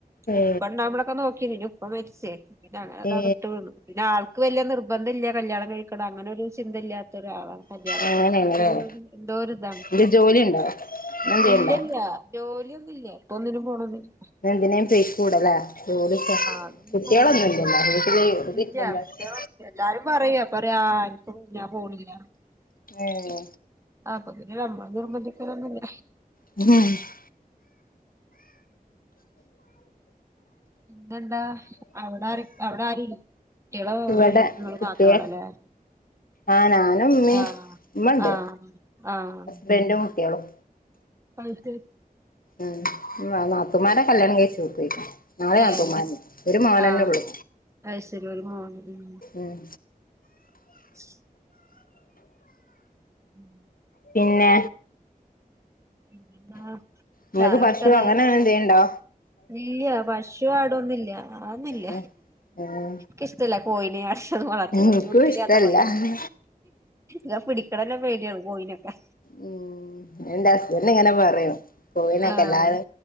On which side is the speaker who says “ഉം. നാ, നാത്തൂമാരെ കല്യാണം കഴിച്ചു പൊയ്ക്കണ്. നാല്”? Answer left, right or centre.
Left